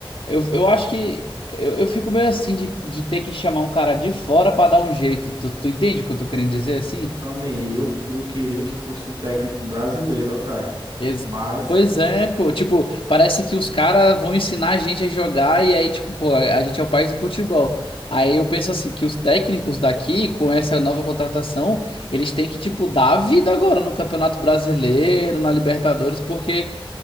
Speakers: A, on the left; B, on the right.
A: Eu, eu acho que eu, eu fico meio assim de, de ter que chamar um cara de fora pra dar um jeito. Tu, tu entende o que eu tô querendo
B: Eu,
A: dizer assim?
B: eu também. Eu, eu queria que fosse um técnico brasileiro, ó, cara.
A: Ex-
B: Mas
A: Pois é, pô. Tipo, parece que os caras vão ensinar a gente a jogar e aí, tipo, pô, a gente é o país do futebol. Aí eu penso assim, que os técnicos daqui, com essa nova contratação, eles têm que, tipo, dar a vida agora no Campeonato Brasileiro, na Libertadores, porque